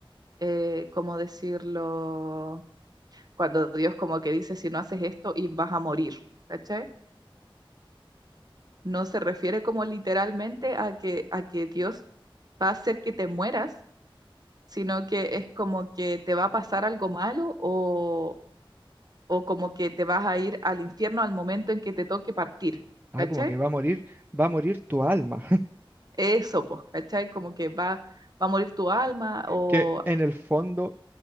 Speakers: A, on the right (about 45°); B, on the right (about 20°).
A: Eh, como decirlo, cuando Dios como que dice, si no haces esto y vas a morir, ¿cachai? No se refiere como literalmente a que, a que Dios va a hacer que te mueras, sino que es como que te va a pasar algo malo o, o como que te vas a ir al infierno al momento en que te toque partir,
B: Ah,
A: ¿cachai?
B: como que va a morir, va a morir tu alma, <laughs>
A: Eso, pues, ¿cachai? Como que va, va a morir tu alma o...
B: que en el fondo